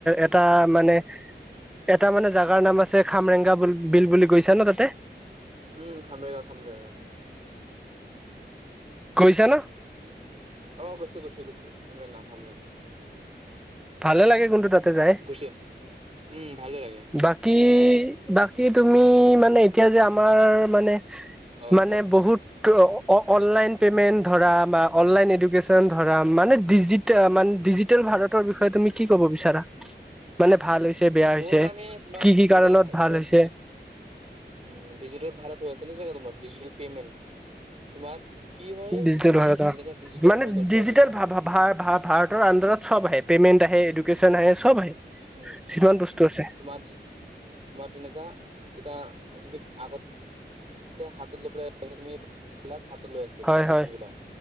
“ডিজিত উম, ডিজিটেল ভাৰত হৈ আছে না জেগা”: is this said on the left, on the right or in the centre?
Right